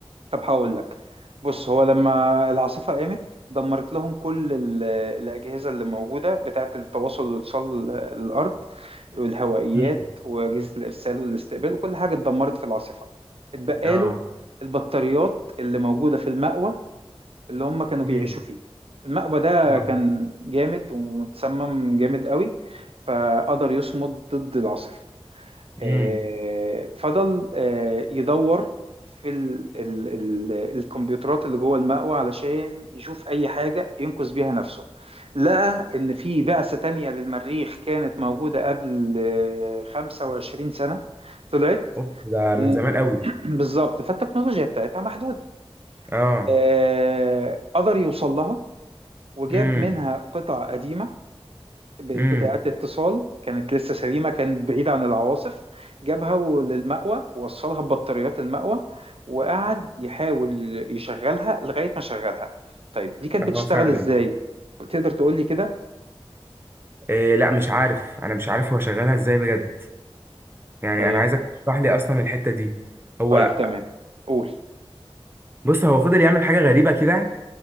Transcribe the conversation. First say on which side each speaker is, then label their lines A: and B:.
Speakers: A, on the right; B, on the right.
A: طب هقول لك بص هو لما العاصفة قامت دمرت لهم كل ال- الأجهزة اللي موجودة بتاعة التواصل والاتصال للأرض والهوائيات
B: مم.
A: وأجهزة الإرسال والاستقبال وكل حاجة اتدمرت في العاصفة اتبقى
B: اه
A: له البطاريات اللي موجودة في المأوى اللي هم كانوا
B: امم
A: بيعيشوا فيه المأوى ده
B: اه
A: كان جامد ومتسمم جامد قوي فقدر يصمد ضد العاصفة آه،
B: امم
A: فضل آه، يدور في ال ال ال الكمبيوترات اللي جوه المأوى علشان يشوف أي حاجة ينقذ بيها نفسه لقى إن في بعثة تانية للمريخ كانت موجودة قبل آه، 25 سنة طلعت
B: اوف ده من
A: و-
B: زمان قوي
A: <clears throat> بالظبط فالتكنولوجيا بتاعتها محدودة
B: اه
A: آه، قدر يوصل لها وجاب
B: امم
A: منها قطع قديمة ب-
B: امم
A: بتاعة اتصال كانت لسه سليمة كانت بعيدة عن العواصف جابها و- للمأوى ووصلها ببطاريات المأوى وقعد يحاول يشغلها لغاية ما شغلها طيب دي كانت
B: اه
A: بتشتغل
B: فعلا
A: ازاي؟ تقدر تقول لي كده؟
B: إيه لا مش عارف انا مش عارف هو شغالها ازاي بجد يعني
A: طيب
B: انا عايزك تشرح لي اصلا الحتة دي هو
A: طيب تمام قول
B: بص هو فضل يعمل حاجة غريبة كده